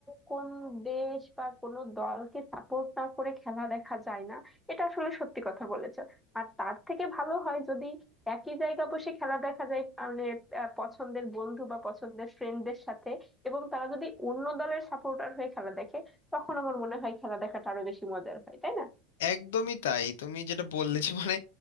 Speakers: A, in the centre; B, on the left (about 85°).
A: কোন দেশ বা কোন দলকে সাপোর্ট না করে খেলা দেখা যায় না এটা আসলে সত্যি কথা বলেছো আর তার থেকে ভালো হয় যদি একই জায়গা বসে খেলা দেখা যায় মানে আহ, পছন্দের বন্ধু বা পছন্দের ফ্রেন্ডদের সাথে এবং তারা যদি অন্য দলের সাপোর্টার হয়ে খেলা দেখে তখন আমার মনে হয় খেলা দেখাটা আরো বেশি মজার হয় তাই না
B: একদমই তাই তুমি যেটা বললে যে মানে